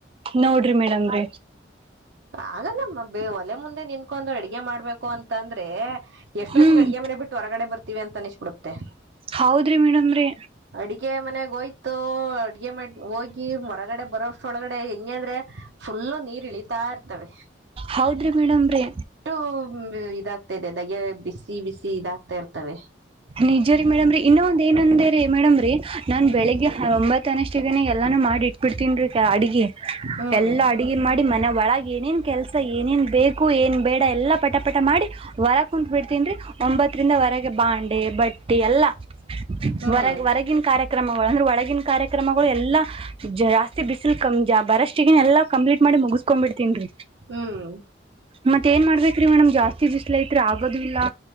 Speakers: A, on the right (about 30°); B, on the right (about 70°).
A: ನೋಡ್ರಿ ಮೇಡಮ್ ರಿ
B: ಆಗಲ್ಲಮ್ಮಬ್ಬೇ ಒಲೆ ಮುಂದೆ ನಿನ್ಕೊಂಡು ಅಡಗೆ ಮಾಡ್ಬೇಕು ಅಂತಂದ್ರೇ ಎಷ್ಟೊತ್ತಿಗೆ
A: ಹ್ಮ್
B: ಅಡಿಗೆ ಮನೆ ಬಿಟ್ಟು ಹೊರಗಡೆ ಬರ್ತಿವಿ ಅಂತ ಅನಿಶ್ಬಿಡುತ್ತೆ
A: ಹೌದ್ರಿ ಮೇಡಮ್ರೀ
B: ಅಡಿಗೆ ಮನೆಗ್ ಹೊಯ್ತೊ ಅಡಿಗೆ ಮಾಡ್ ಹೋಗಿ ಹೊರಗಡೆ ಬರೋಸ್ಟ್ ಒಳಗಡೆ ಹೆಂಗೆ ಅಂದ್ರೆ ಫುಲ್ಲು ನೀರ್ ಇಳಿತಾ ಇರ್ತವೆ
A: ಹೌದ್ರಿ ಮೇಡಮ್ ರೀ
B: ಅಷ್ಟು ಮ್ ಇದಾಗ್ತಾ ಇದೆ ದಗೆ ಬಿಸಿ ಬಿಸಿ ಇದಾಗ್ತಾ ಇರ್ತವ
A: ನಿಜ ರೀ ಮೇಡಮ್ರಿ ಇನ್ನೊ ಒಂದ್ ಏನಂದೇ ರೀ ಮೇಡಮ್ರಿ ನಾನ್
B: ಹ್ಮ್
A: ಬೆಳಿಗ್ಗೆ ಒಂಬತ್ತನಷ್ಟಿಗೆನ ಎಲ್ಲಾನು ಮಾಡಿ ಇಟ್ಬಿಡ್ತಿನ್ರಿ ಅ ಅಡಿಗಿ
B: ಹ್ಮ್
A: ಎಲ್ಲಾ ಅಡಿಗಿ ಮಾಡಿ ಮನೆವಾ ಅ ಏನೇನು ಕೆಲಸ ಏನೇನು ಬೇಕು ಏನ್ ಬೇಡ ಎಲ್ಲಾ ಪಟ ಪಟ ಮಾಡಿ ವರಗ್ ಕುಂತ್ ಬಿಡ್ತೀನ್ರಿ ಒಂಬತ್ತರಿಂದ ವರಗೆ ಬಾಂಡೆ ಬಟ್ಟೆ ಎಲ್ಲ
B: ಹ್ಮ್
A: ಹೊರ ಹೊರಗಿನ್ ಕಾರ್ಯಕ್ರಮಗಳು ಅಂದ್ರೆ ಒಳಗಿನ್ ಕಾರ್ಯಕ್ರಮಗಳು ಎಲ್ಲಾ ಜಾಸ್ತಿ ಬಿಸಿಲ್ ಕಂ ಜ ಬರಷ್ಟಿಗೆನೆ ಎಲ್ಲಾ ಕಂಪ್ಲೀಟ್ ಮಾಡಿ ಮುಗಿಸ್ಕೊಂಡ್ ಬಿಡ್ತೀನ್ರಿ
B: ಹ್ಮ್
A: ಮತ್ ಏನ್ ಮಾಡ್ಬೇಕ್ರಿ ಮೇಡಮ್ ಜಾಸ್ತಿ ಬಿಸ್ಲ ಐತ್ರಿ ಆಗದು ಇಲ್ಲಾ